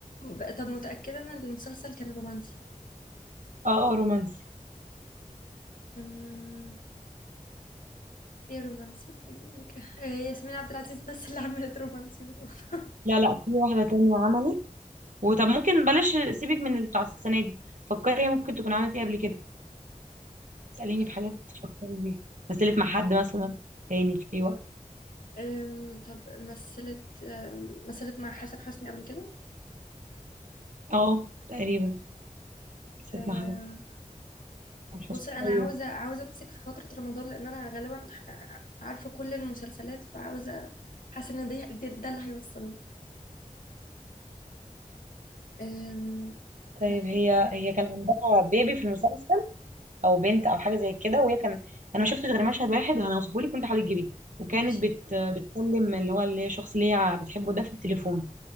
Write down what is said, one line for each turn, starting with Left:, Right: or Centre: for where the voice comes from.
Left: آه، طب متأكدة إن المسلسل كان رومانسي
Right: اه اه رومانسي
Left: مم، ايه رومانسي تاني إيه ياسمين عبد العزيز بس اللي عملت رومانسي في رمضان
Right: لا لا في واحدة تانية عملت وطب ممكن بلاش سيبك من اللي بتاع السنة دي فكري هي ممكن تكون عملت ايه قبل كده اسأليني
Left: <laughs>
Right: في حاجات تفكري بيها مثلت مع حد مثلا تاني في اي وقت
Left: أم، طب مثلت أم، مثلت مع حسن حسني قبل كده
Right: اه تقريبا مثلت
Left: أم،
Right: مع حد حسن
Left: بصي
Right: حسني.
Left: انا
Right: ايوه
Left: عاوزه عاوزه امسك في فتره رمضان لان انا غالبا ع- عارفه كل المسلسلات فعاوزه حاسه ان ده ده ده اللي هيوصلني أم، ماشي
Right: طيب هي هي كان عندها بيبي في المسلسل او بنت او حاجه زي كده وهي كان انا ما شفتش غير مشهد واحد هنوصفه لك وانت حاولي تجيبيه وكانت
Left: ماشي
Right: بت... بتكلم اللي هو اللي هي الشخص اللي هي بتحبه ده في التليفون